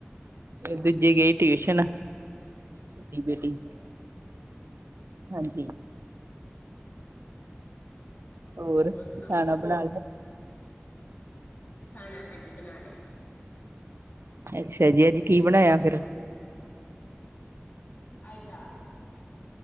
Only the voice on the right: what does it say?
ਦੂਜ਼ੀ ਗਈ ਟਿਊਸ਼ਨ ਵੱਡੀ ਬੇਟੀ,
ਹਾਂਜੀ, ਹੋਰ
ਖਾਣਾ
ਬਣਾ ਲਿਆ।
ਅੱਛਾ ਜੀ ਅੱਜ ਕੀ ਬਣਾਇਆ ਫੇਰ।